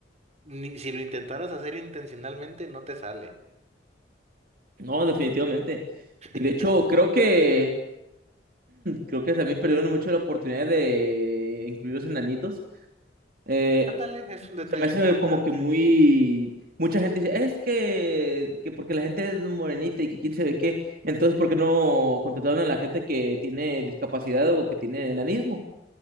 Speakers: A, on the right (about 40°); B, on the right (about 55°).
A: ni, si lo intentaras hacer intencionalmente, no te sale.
B: No, definitivamente.
A: <laughs>
B: Y de hecho, creo que creo que también perdieron mucho la oportunidad de incluir los enanitos. Eh,
A: Ándale, es un detalle
B: se me hace
A: importante
B: como que muy mucha gente dice, es que, que porque la gente es morenita y que quién sabe qué, entonces ¿por qué no contrataron a la gente que tiene discapacidad o que tiene enanismo?